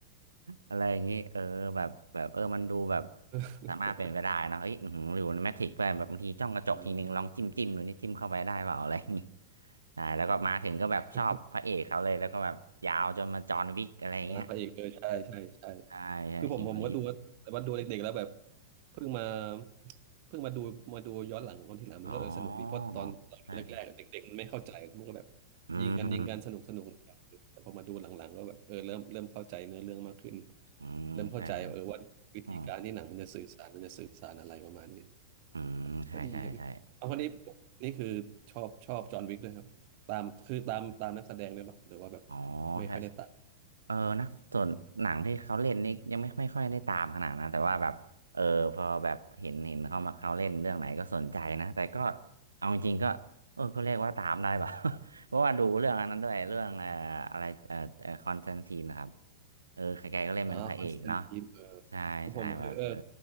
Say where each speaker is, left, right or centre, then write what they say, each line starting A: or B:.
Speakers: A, on the right; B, on the right.
A: อะไรอย่างนี้เออแบบแบบเออมันดูแบบ
B: <laughs>
A: สามารถเป็นไปได้นะเฮ้ยอื้อหือหรือแมทริกซ์ด้วยแบบบางทีจ้องกระจกทีนึงลองจิ้มจิ้มดูนี่จิ้มเข้าไปได้เปล่าอะไรอย่างนี้
B: อืม
A: ใช่แล้วก็มาถึงก็แบบชอบพระเอกเขาเลยแล้วก็แบบยาวจนมาจอห์นวิกอะไรอย่างเงี้ย
B: โอเคงานพระเอกเลยใช่ใช่ใช่
A: ใช่ใช่คินูรีฟ
B: คือผมผมก็ดูแต่ว่าดูเด็กๆแล้วแบบเพิ่งมาเพิ่งมาดูมาดูย้อนหลังตอนที่หลังมันก็เออสนุกดีเพราะตอนเราดูแรกๆเด็กๆมันไม่เข้าใจมันก็แบบ
A: อ๋อใช่ใช่อืม
B: ยิงกันยิงกันสนุกสนุกแต่พอมาดูหลังๆก็แบบเออเริ่มเริ่มเข้าใจเนื้อเรื่องมากขึ้น
A: อืมใช่ใช่
B: เริ่มเข้าใจเออว่าวิธีการที่หนังมันจะสื่อสารมันจะสื่อสารอะไรประมาณนี้
A: อืมอืมใช่ใช่ใช่
B: ก็ดีครับเอาคนนี้นี่คือชอบชอบจอห์นวิกด้วยครับตามคือตามตามนักแสดงด้วยปะหรือว่าแบบ
A: อ๋อ
B: ไม่ค่อยได้ตาม
A: ใช่ เออนะส่วนหนังที่เขาเล่นนี่ยังไม่ไม่ค่อยได้ตามขนาดนะแต่ว่าแบบเออพอแบบเห็นเห็นเขามาเขาเล่นเรื่องไหนก็สนใจนะแต่ก็เอาจริงๆก็เออก็เรียกว่าตามได้ป่ะ <laughs> เพราะว่าดูเรื่องอันนั้นด้วยเรื่องเอ่ออะไรเอ่อเคอนสแตนทีนนะครับเออใครๆก็เล่นเป็นพระเอกเนาะ
B: อ๋อคอนสแตนตินเออ
A: ใช่ใช่แบบเออ
B: คือผมคือเออ